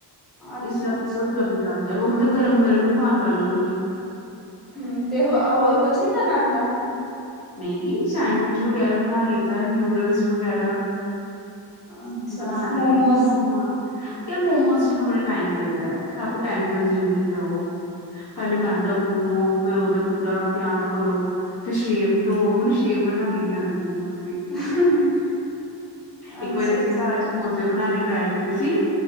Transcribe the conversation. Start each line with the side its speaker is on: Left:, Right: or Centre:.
Centre: ਅੱਛਾ-ਅੱਛਾ
Left: ਇਸਤਰਾ ਫਿਰ ਉਹ ਜੰਮ ਜਾਂਦਾ ਉਹ ਮਤਲਬ ਗਰਮ ਗਰਮ ਹੀ ਖਾਣ ਵਾਲਾ ਹੁੰਦਾ।
Centre: ਹੂੰ ਤੇ ਹੋ ਹੋਰ ਕੁਛ ਨੀ ਬਨਾਨਾ ਆਦਾ?
Left: ਨੲਈ ਸੈਂਡਵਿਚ ਵਗੈਰਾ ਬਣਾ ਲਿਤਾ ਐ ਨਿਊਡਲਸ ਵਗੈਰਾ
Centre: ਅੱਛਾ
Left: ਬਣਾ ਲੈਂਦੇ
Centre: ਮੋਮੋਸ
Left: ਹੁਣ ਮੰਮਾ ਕ ਮੋਮੋਸ ਚ ਬੜਾ ਟਾਈਮ ਲੱਗਦਾ ਹੈ ਕਾਫੀ ਟਾਈਮ ਕੰਜਿਊਮਿੰਗ ਐ ਓ ਪਹਿਲੇ ਮੈਦਾ ਗੁੰਨੋ ਫੇਰ ਉਦਾ ਪੂਰਾ ਤਿਆਰ ਕਰੋ ਤੇ ਸ਼ੇਪ ਦੋ ਮੈਨੂੰ ਸ਼ੇਪ ਬਣਾਣੀ ਨੀ ਆਂਦੀ ਮੋਜ਼
Centre: <inaudible>
Left: ਇੱਕ
Centre: ਅੱਛਾ-ਅੱਛਾ
Left: ਵਾਰੀ ਅਸੀਂ ਘਰ ਸਮੋਸੇ ਬਣਾਣੇ ਟਰਾਈ ਕੀਤੇ ਸੀ।